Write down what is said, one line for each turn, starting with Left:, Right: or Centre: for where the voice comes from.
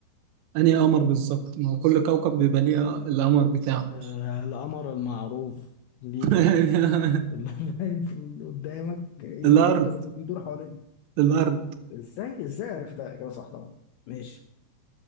Right: انهي قمر بالظبط ما هو كل كوكب بيبقى ليه القمر بتاعه
Left: آه القمر المعروف لينا
Right: <laughs>
Left: اللي <laughs> باين في ال- قدامك إيه
Right: الارض
Left: الكوكب اللي بيدور حوالين
Right: الارض
Left: إزاي إزاي عرفتها إجابة صح طبعا ماشي